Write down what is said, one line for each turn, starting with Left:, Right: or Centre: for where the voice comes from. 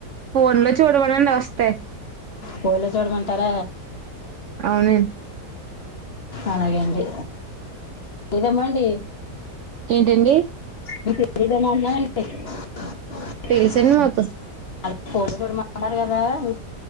Right: ఫోన్లో చూడమనండి వస్తాయి
Left: ఫోన్లో చూడమంటార
Right: అవునండి
Left: అలాగే అండి దమ్మండి
Right: ఏంటండి
Left: ద మా <unintelligible>
Right: తెలుసండి మాకు
Left: పోన్ తో మట్లాడాలి కదా మీ